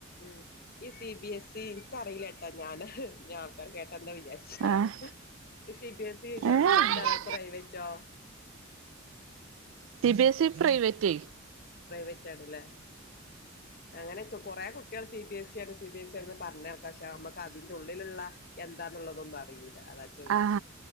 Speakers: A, on the left; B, on the right.
A: ഉം ഈ സി ബി എസ് സി ഇനിക്ക്റിയില്ലട്ടൊ ഞാന് ഇനി ആൾക്കാര് കേട്ട ന്താ വിചാരിച്ചെന്നാവോ
B: ആഹ്
A: ഈ സി ബിഎസ് സി ഗവൺമെന്റ്
B: ഏഹ്
A: അതൊ പ്രൈവറ്റോ
B: സി ബി എസ് ഇ പ്രൈവററ്റേ
A: പ്രൈവറ്റ് ആണ്ലെ അങ്ങനെക്ക കൊറേ കുട്ടികൾ സി ബിഎസ് സി ആണ് സി ബി എസ് സി ആണ് പറഞ്കേൾക്കാം ഷേ ഞമ്മക്ക് അതിന്റെ ഉള്ളിലുള്ള എന്താന്നുള്ളതൊന്നും അറിയൂല അതാ ചോയിച്ചെ
B: ആ